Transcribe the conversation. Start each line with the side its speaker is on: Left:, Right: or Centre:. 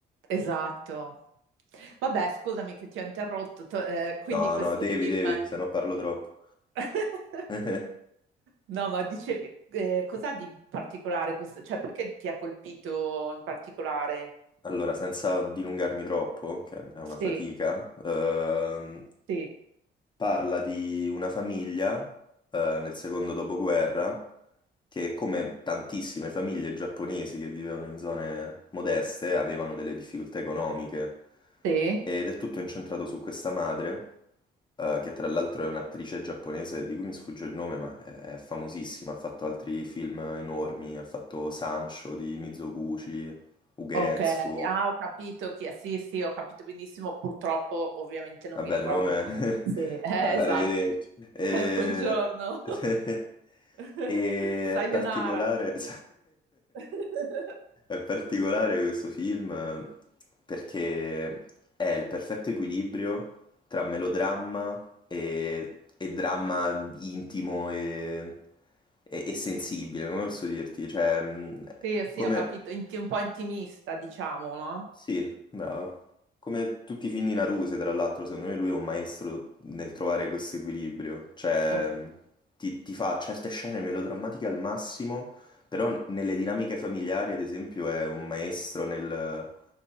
Right: esatto. Vabbè, scusami che ti ho interrotto. to- eh, quindi
Left: No,
Right: questo
Left: no, devi,
Right: film...
Left: devi, se no parlo troppo.
Right: <laughs>
Left: <laughs>
Right: No, ma dicevi, eh, cos'ha di particolare questo? Cioè, perché ti ha colpito in particolare?
Left: Allora, senza dilungarmi troppo, che è una
Right: Sì,
Left: fatica, ehm,
Right: sì,
Left: Parla di una famiglia, eh, nel secondo dopoguerra, che come tantissime famiglie giapponesi che vivevano in zone modeste, avevano delle difficoltà economiche.
Right: sì.
Left: Ed è tutto incentrato su questa madre, eh, che tra l'altro è un'attrice giapponese di cui mi sfugge il nome, ma è è famosissima, ha fatto altri film enormi, ha fatto Sancho di Mizoguchi, Ugetsu.
Right: Ok, ah, ho capito chi è. Sì, sì, ho capito benissimo. Purtroppo, ovviamente, non
Left: Vabbè,
Right: mi ricordo
Left: il nome...
Right: nemmeno. Sì, eh,
Left: <laughs> Arrivederci.
Right: esatto. <laughs>
Left: Eh,
Right: Cioè, Buongiorno.
Left: <laughs>
Right: <laughs>
Left: E...
Right: Sayonara.
Left: È particolare... <laughs>
Right: <laughs>
Left: È particolare questo film eh, perché è il perfetto equilibrio tra melodramma e, e dramma intimo e... e- e sensibile, come posso dirti? Cioè, mh,
Right: Sì, sì,
Left: come...
Right: ho capito. Inti- un po' intimista, diciamo, no?
Left: Sì, bravo. Come tutti i film di Naruse, tra l'altro, secondo me lui è un maestro nel trovare questo equilibrio. Cioè,
Right: Ok.
Left: mh, ti, ti fa certe scene melodrammatiche al massimo, però nelle dinamiche familiari, ad esempio, è un maestro nel,